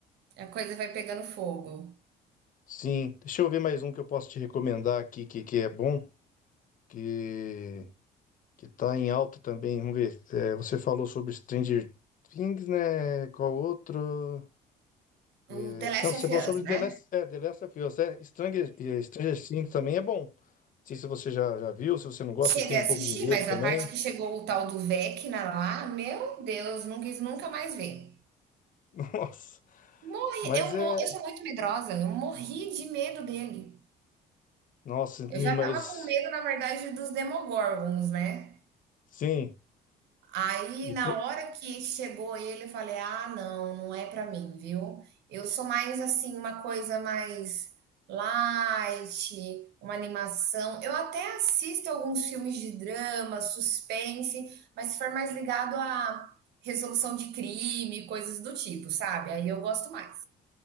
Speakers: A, on the right; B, on the left.
A: A coisa vai pegando fogo.
B: Sim, deixa eu ver mais um que eu posso te recomendar aqui que, que é bom, que que tá em alta também. Vamos ver. É, você falou sobre Stranger Things, né? Qual outro?
A: O
B: É,
A: The Last
B: não, você
A: of
B: falou
A: Us,
B: sobre The
A: né.
B: Last, é, The Last of Us, é, Stranger, é, Stranger Things também é bom. Não sei se você já, já viu, se você não gosta,
A: Cheguei
B: você tem um
A: a assistir,
B: pouco de medo
A: mas
B: também.
A: na parte que chegou o tal do Vecna lá, meu Deus, não quis nunca mais ver.
B: <laughs> Nossa,
A: Morri
B: mas
A: eu
B: é,
A: mo eu sou muito medrosa, eu morri de medo dele.
B: nossa,
A: Eu já
B: mas
A: estava com medo, na verdade, dos Demogorgons, né.
B: sim.
A: Aí,
B: E,
A: na hora que chegou ele, eu falei: "Ah, não, não é pra mim, viu". Eu sou mais, assim, uma coisa mais light, uma animação. Eu até assisto alguns filmes de drama, suspense, mas se for mais ligado a resolução de crime, coisas do tipo, sabe, aí eu gosto mais.